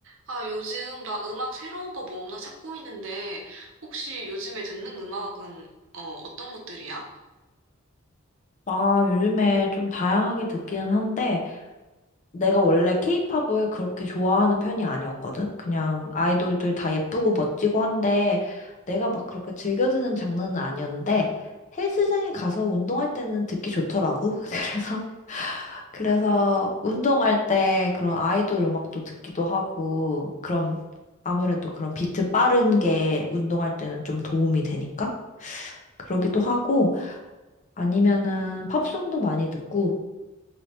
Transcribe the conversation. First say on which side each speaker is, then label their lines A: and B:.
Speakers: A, on the right (about 65°); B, on the left (about 35°).
A: 아, 요즘 나 음악 새로운 거 뭐 없나 찾고 있는데, 혹시 요즘에 듣는 음악은, 어, 어떤 것들이야?
B: 아, 요즘에 좀 다양하게 듣기는 한데, 내가 원래 케이팝을 그렇게 좋아하는 편이 아니었거든? 그냥 아이돌들 다 예쁘고 멋지고 한데, 내가 막 그렇게 즐겨 듣는 장르는 아니었는데, 헬스장에 가서 운동할 때는 듣기 좋더라고. <laughs> 그래서, 그래서 운동할 때 그런 아이돌 음악도 듣기도 하고, 그럼 아무래도 그런 비트 빠른 게 운동할 때는 좀 도움이 되니까? 그러기도 하고, 아니면은 팝송도 많이 듣고